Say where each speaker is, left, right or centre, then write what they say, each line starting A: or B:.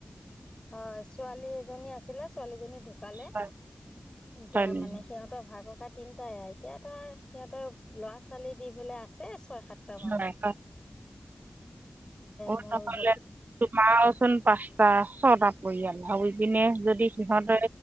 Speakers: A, on the left; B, on the right.
A: হয় ছোৱালী এজনী আছিলে ছোৱালীজনী ঢুকালে এতিয়া
B: হয় হয় নেকি
A: মানে সিহঁতৰ ভাই ক কাই তিনটাই এতিয়া ধৰ সিহঁতৰ ল'ৰা ছোৱালী দি পেলায় আছে ছয় সাতটা মান
B: হয় হয় অ অ
A: মোৰ
B: নহলে
A: ভতি
B: তোমাৰচোন পাঁচটা ছটা পৰিয়াল উ পিনে যদি সিহঁত